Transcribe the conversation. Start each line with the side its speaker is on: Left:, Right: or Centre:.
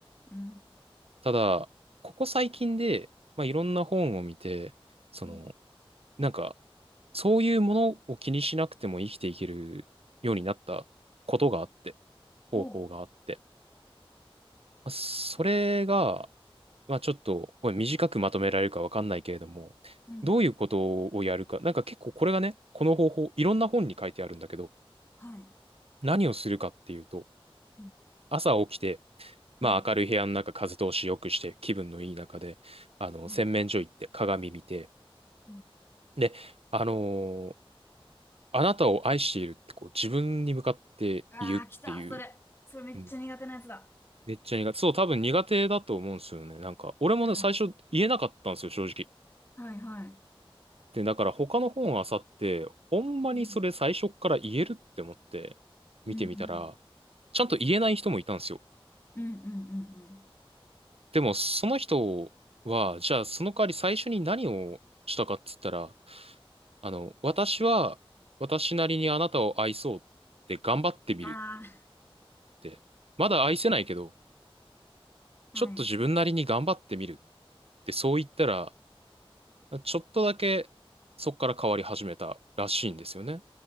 Left: うん、
Right: ただ、ここ最近で、まあいろんな本を見て、その、
Left: うん、
Right: なんか、そういうものを気にしなくても生きていけるようになったことがあって、方法があって。
Left: おう、
Right: まあそれが、まあちょっとこれ短くまとめられるかわかんないけれども、
Left: うん、
Right: どういうことをやるか、なんか結構これがね、この方法、いろんな本に書いてあるんだけど、
Left: はい、
Right: 何をするかっていうと、
Left: うん、
Right: 朝起きて、まあ明るい部屋の中、
Left: うん、
Right: 風通し良くして、気分のいい中で、あの、
Left: はい、
Right: 洗面所行って、鏡見て、
Left: うん、
Right: で、あのーあなたを愛しているってこう自分に向かって言うっていう。
Left: ああ、来た、それ。それめっちゃ苦手なやつだ。
Right: うんめっちゃ苦手。そう、多分苦手だと思うんですよね。なんか、俺もね、
Left: はい、
Right: 最初言えなかったんですよ、正直。
Left: はい、はい、
Right: で、だから他の本あさって、ほんまにそれ最初っから言えるって思って見てみたら、
Left: うん、うん、うん、
Right: ちゃんと言えない人もいたんですよ。
Left: うん、うん、うん、うん
Right: でも、その人は、じゃあその代わり最初に何をしたかっつったら、あの、私は私なりにあなたを愛そうって頑張ってみるっ
Left: あ
Right: て、まだ愛せないけど、
Left: あ、
Right: ちょっと自分なりに頑張ってみるってそう言ったら、
Left: はい、
Right: ちょっとだけそこから変わり始めたらしいんですよね。